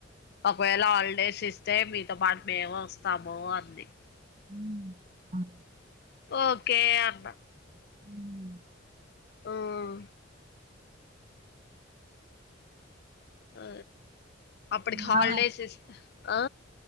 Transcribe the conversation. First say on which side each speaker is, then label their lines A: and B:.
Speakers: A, on the left (about 55°); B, on the right (about 35°).
A: ఒకవేళ హాలిడేస్ ఇస్తే మీక్ తో పాటు మేము వస్తాము అంది.
B: ఉమ్ ఆ
A: ఓకే అన్నా.
B: ఉమ్
A: ఉమ్ ఆ అప్పటికి
B: మావ
A: హాలిడేస్ ఇస్తా ఆ